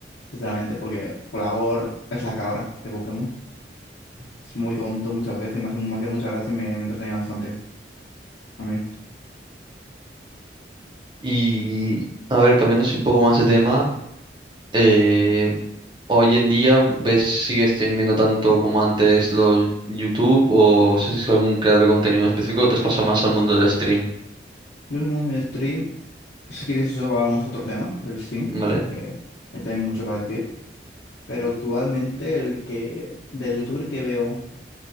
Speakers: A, on the left; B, on the right.
A: sinceramente, porque Folagor es la cabra de Pokémon. Es muy tonto muchas veces, me hace, me hacía mucha gracia y me, me entretenía bastante. A mí.
B: Y a ver, cambiando así un poco más de tema, eh, Hoy en día, ¿ves, si sigues teniendo tanto como antes los YouTube o si es algún creador de contenido específico o te has pasado más al mundo del stream?
A: Yo el mu- el stream, si quieres eso hablamos otro tema del stream,
B: ¿Vale?
A: porque hay también mucho para decir. Pero actualmente el que del youtuber que veo